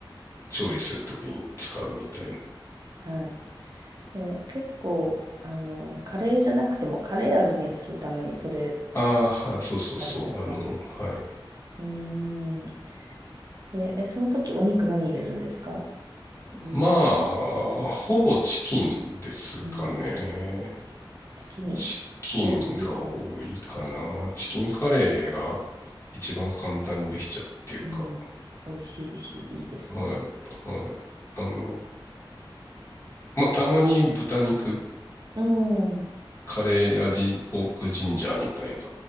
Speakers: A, on the left; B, on the right.
A: 調理するときに使うみたいな。
B: はい。で、結構、あの、カレーじゃなくてもカレー味にするためにそれ
A: ああ、はい、そうそうそう、
B: たりとか。
A: あの、はい。
B: うーん。で、え、その時お肉何入れるんですか
A: まあ、ほぼチキンですかね。
B: うん。チキン
A: チキンが多いかな。
B: 美味しいし、
A: チキンカレーが一番簡単にできちゃうっていうか。
B: うん。美味しいし、いいですね。
A: はい、はい。あの、まあ、たまに豚肉、
B: うん。う
A: カレー味、ポークジンジャーみたいな